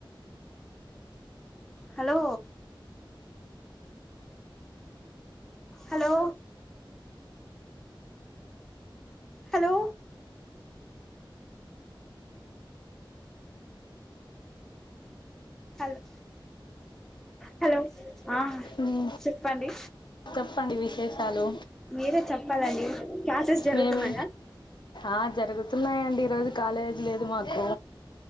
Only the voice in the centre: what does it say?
hello hello hello hello hello ఆ
చెప్పండి
మీరే చెప్పాలండి క్లాసెస్ జరుగుతున్నాయా